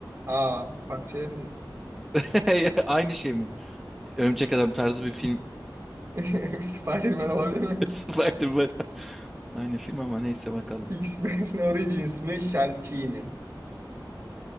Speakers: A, on the right; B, in the centre.
A: Aa, farklı şeyler mi diyeyim?
B: <laughs> Aynı şey mi? Örümcek Adam tarzı bir film.
A: <laughs> Spider-Man olabilir
B: <laughs>
A: mi?
B: Spider-Man. Aynı film ama neyse bakalım.
A: X-Men Origins mi, Shang-Chi mi?